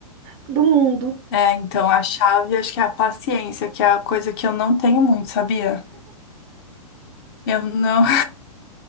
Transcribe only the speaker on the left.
É, então a chave acho que é a paciência, que é a coisa que eu não tenho muito, sabia? Eu não,